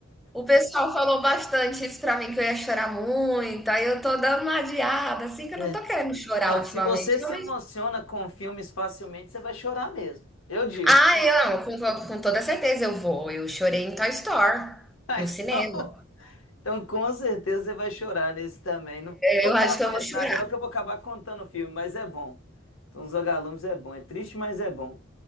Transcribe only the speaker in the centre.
O pessoal falou bastante isso pra mim, que eu ia chorar muito, aí eu tô dando uma adiada, assim, que
eu não tô querendo chorar
ultimamente.
Não, mas...
Ah,
eu não, com, com- com toda certeza eu vou. Eu chorei em Toy Story,
no
cinema.
Eu
acho que
eu vou chorar.